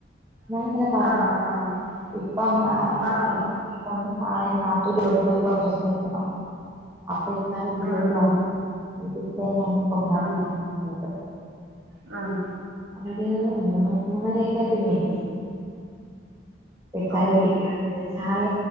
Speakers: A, on the right; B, on the right.
A: ഞാന് ഇന്നലെ പറഞ്ഞു
B: ആഹ് ആഹ് ആഹ്
A: ഇപ്പം ആ
B: ആഹ്
A: ഇപ്പം നാളെ എന്റെ നാത്തൂന്റെ വീട്ടി പോയ് കൊറച്ച് ദെവസം നിക്കണം. അപ്പൊ ഇത്താടെ വീട്ടിലോട്ട്
B: ഉം ഉം
A: വാ എന്നിട്ട് ഇത്ത അങ്ങ് കൊണ്ടാക്കും
B: ഉം
A: വീട്ടിലോട്ട്.
B: ഉം
A: ഞനൊരു മൂന്ന് മൂന്നരൊക്കെ ആയപ്പം ഇങ്ങ് എത്തി. ഇക്കാന്റെ
B: ഓഹ്
A: വിട്ടി നിക്കുവ ഇത്തായ